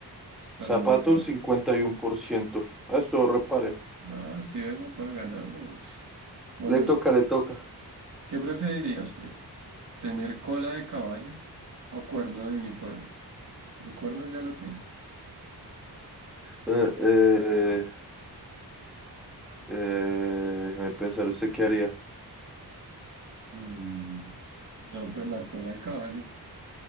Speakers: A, on the right (about 50°); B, in the centre.
A: es para
B: zapatos
A: los flojos.
B: 51%. Ah, Esto repare.
A: No, sí, ve, papá, ganamos. Bueno,
B: Le toca, le toca.
A: ¿qué preferiría usted? ¿Tener cola de caballo o cuerno de unicornio? El cuerno ya lo tiene.
B: Eh, eh,
A: <laughs>
B: eh, déjeme pensar, ¿usted qué haría?
A: Mm, No, pues la cola de caballo.